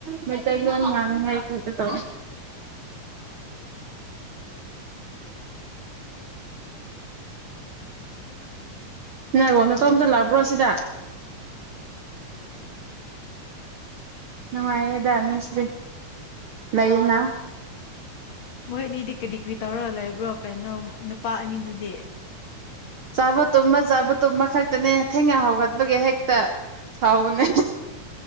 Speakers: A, on the right; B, on the left.
A: ꯃꯩꯇꯩꯂꯣꯟ ꯉꯥꯡꯅꯤꯉꯥꯏ ꯀꯇ ꯇꯧ ꯅꯪꯉꯣ ꯅꯇꯣꯝꯇ ꯂꯥꯛꯄ꯭ꯔꯣ ꯁꯤꯗ ꯅꯨꯡꯉꯥꯏꯦꯗꯁ ꯂꯩꯅ
B: ꯃꯣꯏ ꯑꯅꯤꯗꯤ ꯀꯔꯤ ꯀꯔꯤ ꯇꯧꯔꯛ ꯂꯩꯕ꯭ꯔꯣ ꯀꯩꯅꯅꯣ ꯅꯨꯄꯥ ꯑꯅꯤꯗꯨꯗꯤ
A: ꯆꯥꯕ ꯇꯨꯝꯃ ꯆꯥꯕ ꯇꯨꯝꯕ ꯈꯛꯇꯅꯦ ꯊꯦꯡꯅ ꯍꯥꯎꯒꯠꯄꯒꯤ ꯍꯦꯛꯇ ꯍꯥꯎꯕꯅꯦ